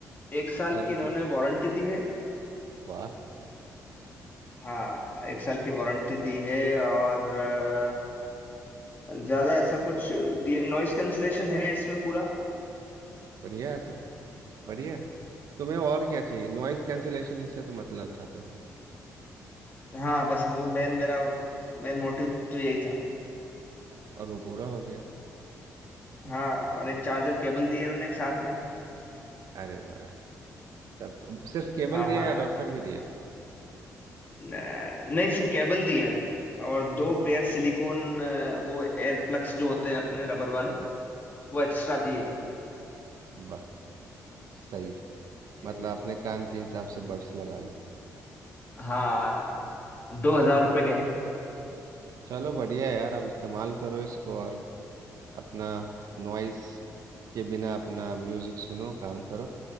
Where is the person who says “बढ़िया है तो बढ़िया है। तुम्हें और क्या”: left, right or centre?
Right